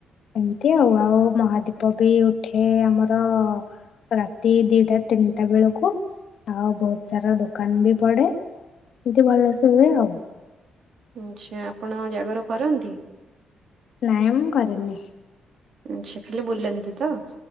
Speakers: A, on the left (about 60°); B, on the right (about 50°).
A: ଏମିତି ଆଉ ଆଉ ମହାଦୀପ ବି ଉଠେ ଆମର। ରାତି ଦିଟା ତିନିଟା ବେଳକୁ ଆଉ ବହୁତ ସାରା ଦୋକାନ ବି ପଡେ। ଏମୀତି ଭଲସ ହୁଏ ଆଉ।
B: ଆଛା ଆପଣ ଜାଗର କରନ୍ତି?
A: ନାଇ ମୁଁ କରେନି।
B: ଆଚ୍ଛା ଖାଲି ବୁଲନ୍ତି ତ।